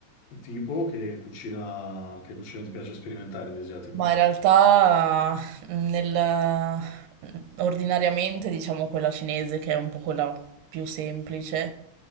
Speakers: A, on the left; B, on the right.
A: Tipo che cucina, che cucina ti piace sperimentare di asiatico?
B: Ma in realtà nel, ordinariamente diciamo quella cinese che è un po' quella più semplice.